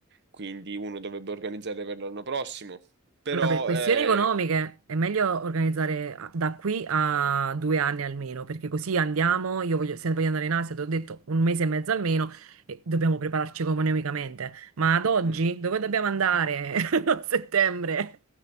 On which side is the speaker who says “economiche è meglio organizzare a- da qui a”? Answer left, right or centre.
Right